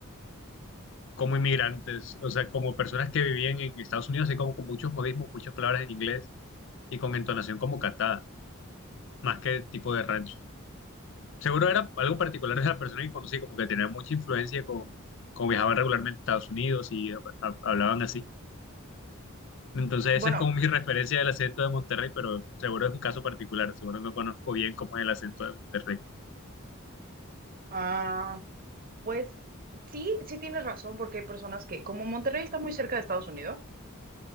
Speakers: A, on the left; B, on the right.
A: como inmigrantes, o sea, como personas que vivían en Estados Unidos, así como con muchos modismos, muchas palabras en inglés y con entonación como cantada, más que tipo de rancho. Seguro era algo particular de la persona que conocí, como que tenía mucha influencia con, con viajaban regularmente a Estados Unidos y hab- hab- hablaban así. Entonces,
B: Bueno,
A: esa es como mi <laughs> referencia del acento de Monterrey, pero seguro es un caso particular, seguro no conozco bien cómo es el acento de Monterrey.
B: ah, pues sí, sí tienes razón porque hay personas que, como Monterrey está muy cerca de Estados Unidos,